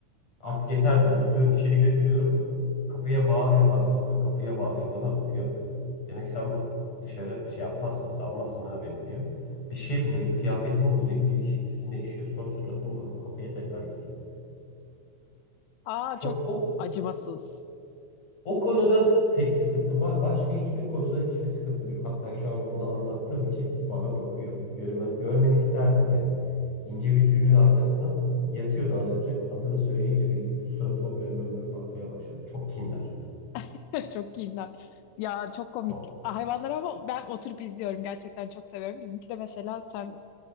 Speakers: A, on the left; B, on the left.
A: Artık yeter diyorum. Tutuyorum içeri götürüyorum. Kapıya bağırıyor, bana bakıyor. Kapıya bağırıyor, bana bakıyor. Demek sen dışarı şey yapmazsın, salmazsın ha beni diyor. Bir şey buluyor, bir kıyafetimi buluyor, gidiyor iş- üstüne işiyor. Sonra suratıma bakıp kapıya tekrar gidiyor.
B: Aa,
A: Çok
B: çok
A: o
B: acımasız.
A: O konuda tek sıkıntım var. Başka hiçbir konuda hiçbir sıkıntım yok. Hatta şu an onu anlattığım için bana bakıyor. Görme, görmeni isterdim yani. İnce bir tülün arkasına yatıyordu az önce. Adını söyleyince bir, bir suratıma böyle bön bön bakmaya başladı. Çok kindar.
B: <laughs> Çok kinler. Ya çok komik.
A: Çok.
B: Hayvanlar ama ben oturup izliyorum. Gerçekten çok seviyorum. Bizimki de mesela sen